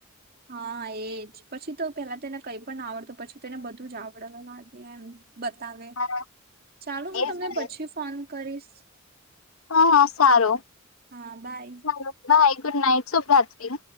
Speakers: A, on the right; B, on the left.
A: હા એજ પછી તો પેલા તેને કઈ પણ આવડતું પછી તેને બધું જ આવડવા લાગે એમ. બતાવે,
B: હા
A: ચાલો હું
B: એજ
A: તમને
B: ને.
A: પછી ફોન કરીશ.
B: હા હા સારું,
A: હા બાય
B: સારૂ બાય. ગુડ નાઈટ શુભ રાત્ર્રી.